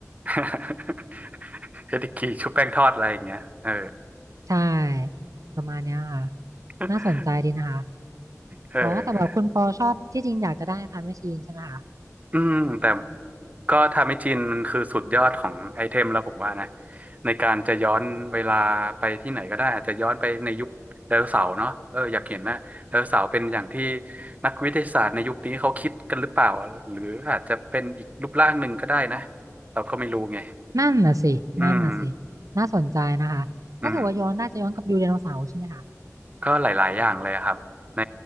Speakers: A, on the right; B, on the right.
A: <laughs> เฮดิกีชุบแป้งทอดอะไรอย่างเงี้ยเออ
B: ใช่ประมาณเนี้ยค่ะ
A: <laughs>
B: น่าสนใจดีนะคะ
A: เออ
B: อ๋อแต่แบบคุณปอชอบที่จริงอยากจะได้ไทม์แมชชีนใช่ไหมคะ
A: อืมแต่ ก็ทำให้จีนมันคือสุดยอดของไอเทมแล้วผมว่านะในการจะย้อนเวลาไปที่ไหนก็ได้อาจจะย้อนไปในยุคไดโนเสาร์เนาะเอออยากเห็นนะไดโนเสาร์เป็นอย่างที่นักวิทยาศาสตร์ในยุคนี้เขาคิดกันหรือเปล่าหรืออาจจะเป็นอีกรูปร่างหนึ่งก็ได้นะเราก็ไม่รู้ไง
B: นั่นน่ะสินั่นน่ะสิ
A: อืม
B: น่าสนใจนะคะถ้าเกิดว่าย้อนน่าจะย้อนกลับไปดูไดโนเสาร์ใช่ไหมคะ
A: อืมก็หลายๆอย่างเลยอะครับใน